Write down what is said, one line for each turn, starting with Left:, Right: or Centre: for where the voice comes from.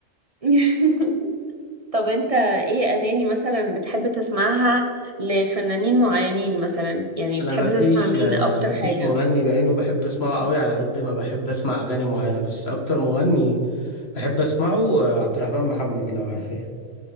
Right: <laughs> طب انت ايه اغاني مثلا بتحب تسمعها لفنانين معينين مثلا يعني
Left: انا
Right: بتحب
Left: مفيش
Right: تسمع مين
Left: آه،
Right: اكتر
Left: مفيش
Right: حاجة
Left: مغني بعينه بحب اسمعه قوي على قد ما بحب اسمع اغاني معينه بس اكتر مغني بحب اسمعه آه، عبد الرحمن محمد لو عارفاه